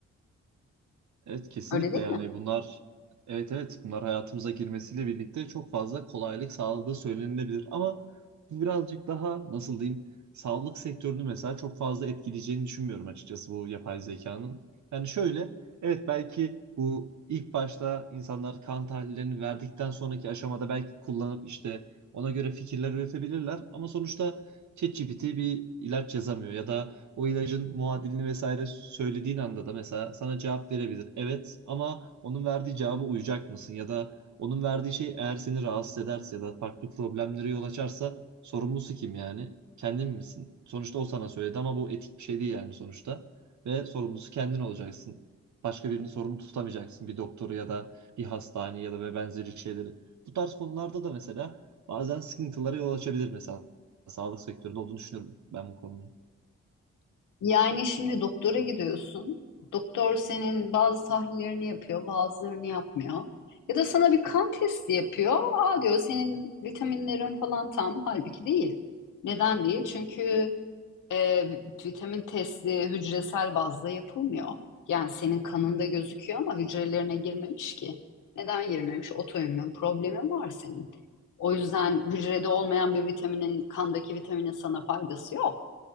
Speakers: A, on the right; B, on the left.
A: Evet kesinlikle
B: Öyle değil
A: yani
B: mi?
A: bunlar evet evet bunlar hayatımıza girmesiyle birlikte çok fazla kolaylık sağladığı söylenilebilir ama bu birazcık daha nasıl diyeyim sağlık sektörünü mesela çok fazla etkileyeceğini düşünmüyorum açıkçası bu yapay zekanın. Yani şöyle evet belki bu ilk başta insanlar kan tahlillerini verdikten sonraki aşamada belki kullanıp işte ona göre fikirler üretebilirler ama sonuçta ChatGPT bir ilaç yazamıyor ya da o ilacın muadilini vesaire söylediğin anda da mesela sana cevap verebilir. Evet ama onun verdiği cevaba uyacak mısın? Ya da onun verdiği şey eğer seni rahatsız ederse ya da farklı problemlere yol açarsa sorumlusu kim yani? Kendin misin? Sonuçta o sana söyledi ama bu etik bir şey değil yani sonuçta. Ve sorumlusu kendin olacaksın. Başka birini sorumlu tutamayacaksın. Bir doktoru ya da bir hastane ya da ve benzeri şeyleri. Bu tarz konularda da mesela bazen sıkıntılara yol açabilir mesela. Sağlık sektöründe olduğunu düşünüyorum ben bu konunun.
B: Yani şimdi doktora gidiyorsun. Doktor senin bazı tahlillerini yapıyor, bazılarını yapmıyor. Ya da sana bir kan testi yapıyor. Aa diyor senin vitaminlerin falan tam. Halbuki değil. Neden değil? Çünkü e, vitamin testi hücresel bazda yapılmıyor. Yani senin kanında gözüküyor ama hücrelerine girmemiş ki. Neden girmemiş? Otoimmün problemin var senin. O yüzden hücrede olmayan bir vitaminin, kandaki vitaminin sana faydası yok.